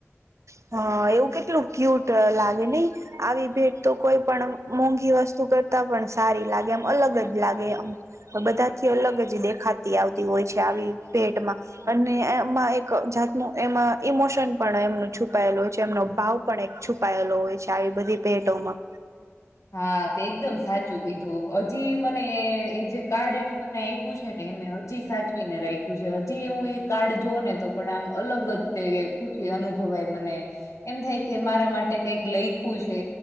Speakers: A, on the right; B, on the left.
A: હ એવું કેટલું ક્યુટ લાગે નય આવી ભેટ તો કોઈ પણ મોંઘી વસ્તુ કરતા પણ સારી લાગે એમ અલગ જ લાગે અમ બધાથી અલગ જ દેખાતી આવતી હોય છે આવી ભેટમાં અને એમાં એક જાતનું એમાં ઈમોશન પણ એમનું છુપાયેલો હોય છે એમનો ભાવ પણ એક છુપાયેલો હોય છે આવી બધી ભેટોમાં.
B: હા તે એકદમ સાચું કીધું હજી મને એ જે કાર્ડ એને મને આ પુ છે ને એ હજી સાચવીને રાખ્યું છે હજી હું ઈ કાર્ડ જો ને તો પણ આમ અલગ જ તેવી એ ખુશી અનુભવાય મને એમ થાય કે મારા માટે કઈક લઈખું છે